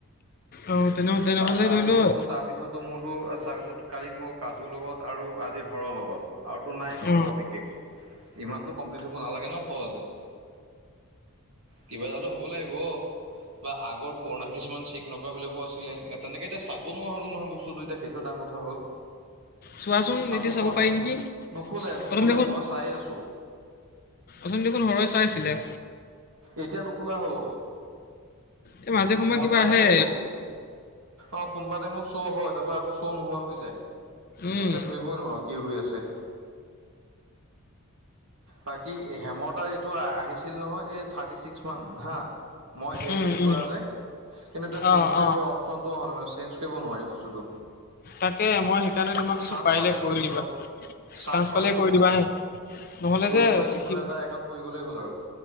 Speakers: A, on the left (about 40°); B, on the right (about 65°).
A: অ তেনে তেনেহ'লে
B: তাৰ-তাৰপিছতো
A: ধৰি লও
B: তাৰপিছত মোৰতো তাৰপিছত কালি মোৰ কাজুৰ লগত আৰু আজি হৰৰ লগত আৰুতো নাই ন
A: অ
B: বৰ বিশেষ, ইমানতো কমপ্লিট হব নালাগে ন সহজে। কিবা এটা হ'ব লাগিব, বা আগৰ পুৰণা কিছুমান চেক নকৰা বিলাকো আছ- ছিলে এ তেনেকে এতিয়া চাব নোৱাৰা হলু নহয় বস্তুতটো এতিয়া সেইটো কথা হ'ল।
A: চোৱাচোন
B: চাব
A: এতিয়া
B: পৰা
A: পাৰি
B: নাই নহয়!
A: নেকি
B: নুখোলে-নুখোলে
A: অথনি
B: মই চাই আছো।
A: অচোন দেখোন সৰ‌ই চাইছিলে।
B: এতিয়া নোখোলা হ'ল।
A: এই মাজে সময়ে
B: মই
A: কিবা
B: চাইয়ে
A: আহে
B: আছোঁ। অ' কোনোবা টাইমত শ্ব' হয় তাৰপৰা আকৌ শ্ব' নোহোৱা হৈ যায়।
A: উম
B: একে ধৰিবই নোৱাৰো। কি হৈ আছে! বাকী হেম তা এইটো আহিছিল নহয় এই থাৰ্টি ছিক্স মান, হা মই হে-হেৰি
A: উম উম
B: কৰা যে, কিন্তু তা চেনজ
A: অ
B: কৰিব
A: অ
B: চনটো অহা নাই মানে চেঞ্জ কৰিব নোৱাৰি বস্তুটো।
A: তাকে মই সেইকাৰণে তোমাক কৈছো
B: চান্ঞ্চ
A: পাৰিলে
B: পালেই
A: কৰি
B: কৰিম
A: দিবা
B: ৰ, চান্ঞ্চ
A: চান্স পালে
B: পালেই কৰি
A: দিবা
B: দিম।
A: হে নহ'লে
B: তোৰ
A: যে
B: মোৰে যিকোনো
A: সি
B: এটা একান পৰি গলেই হ'ল আৰু!